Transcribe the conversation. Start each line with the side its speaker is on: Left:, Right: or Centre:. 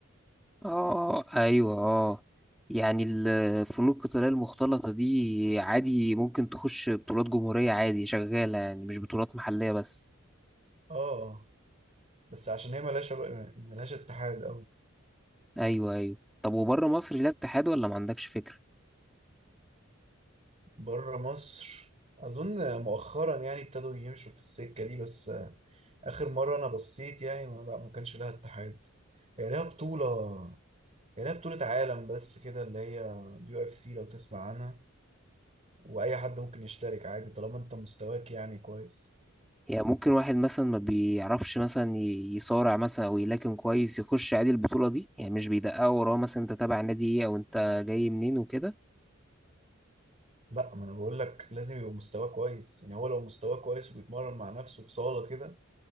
Centre: اه اه ايوه اه يعني الفنون القتالية المختلطة دي عادي ممكن تخش بطولات جمهورية عادي شغالة يعني مش بطولات محلية بس
Right: اه بس عشان هي ملهاش علاقة- ملهاش اتحاد
Centre: ايوه ايوه طب وبره مصر ليها اتحاد ولا ما عندكش فكرة
Right: بره مصر اظن مؤخرا يعني ابتدوا يمشوا في السكه دي بس اخر مره انا بصيت يعني ما, لا ما كانش لها اتحاد هي لها بطوله هي لها بطوله عالم بس كده اللي هي اليو اف سي لو تسمع عنها واي حد ممكن يشترك عادي طالما انت مستواك يعني كويس
Centre: يعني ممكن واحد مثلا ما بيعرفش مثلا ي- يصارع مثلا او يلاكم كويس يخش عادي البطولة دي يعني مش بيدققوا وراه مثلا انت تابع نادي ايه او انت جاي منين وكده
Right: لا ما انا بقول لك لازم يبقى مستواه كويس يعني هو لو مستواه كويس وبيتمرن مع نفسه في صاله كده